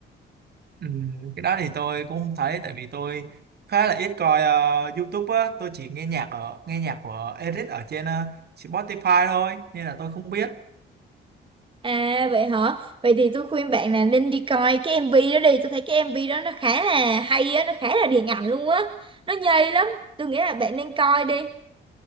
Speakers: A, on the right (about 55°); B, on the right (about 25°).
A: Ừ, cái đó thì tôi cũng không thấy tại vì tôi khá là ít coi ờ, YouTube á tôi chỉ nghe nhạc ở nghe nhạc của Eric ở trên ờ, Spotify thôi nên là tôi không biết
B: à vậy hả vậy thì tôi khuyên bạn là nên đi coi cái MV đó đi tôi thấy cái MV đó nó khá là hay á nó khá là điện ảnh luôn á nó nhây lắm tôi nghĩ là bạn nên coi đi